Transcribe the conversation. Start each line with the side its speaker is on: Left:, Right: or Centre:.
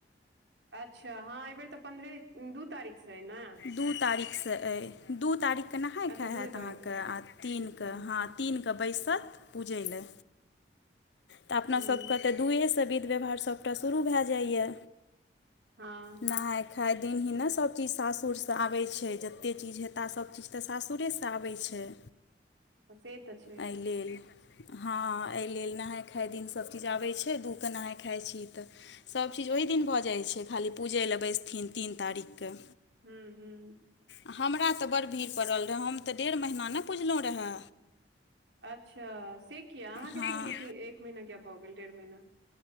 Right: अच्छा हाँ एयबेर तऽ पन्द्रहे दू तारीख से न।
Left: दू तारीखसँ अइ दू तारीखके नहाय
Right: अच्छा
Left: खाइ
Right: दूए
Left: हेत अहाँके
Right: तारीखसँ
Left: आ तीनके
Right: हूँ
Left: हाँ तीन तऽ बैसत पूजै लऽ तऽ अपना
Right: हूँ
Left: सबके तऽ दुए सऽ विध व्यवहार सभटा शुरू भैए जाइया।
Right: हाँ।
Left: नहाइ खाइ दिन ही ने सबचीज सासुर तऽ आबै छैय जतेक चीज हेताह सभचीज तऽ सासुरेसऽ आबै छैय।
Right: से तऽ छै
Left: अय लेल। हाँ ऐय लेल नहाय खााय दिन सभचीज आबै छैय दूके नहाइ खाइ छी तऽ सबचीज ओहि दिन भऽ जाइ छैय खाली पूजय लऽ बैसथिन तीन तारीख के।
Right: हूँ हूँ।
Left: आ हमरा तऽ बड्ड भीड़ पड़ल रहए हम तऽ डेढ़ महीना नहि पुजलहुँ रहा।
Right: अच्छा से किया अहाँके
Left: हँ
Right: इति इति एक महीना किया भऽ गेल डेढ़ महीना।